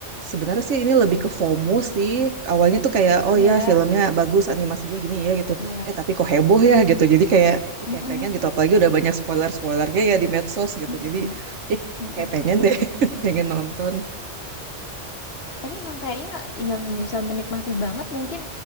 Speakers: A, on the right (about 70°); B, on the left (about 55°).
A: sebenarnya sih ini lebih ke FOMO sih. Awalnya tuh kayak oh
B: iya
A: ya filmnya bagus, animasinya gini ya gitu.
B: iya,
A: Eh tapi kok heboh ya gitu. Jadi kayak ih
B: mhm,
A: kayak pengen gitu apalagi udah banyak spoiler-spoilernya ya di medsos gitu.
B: mhm.
A: Jadi ih
B: Mhm.
A: kayak pengen deh, <laughs> pengen nonton.
B: Tapi emang kayaknya yang bisa menikmati banget mungkin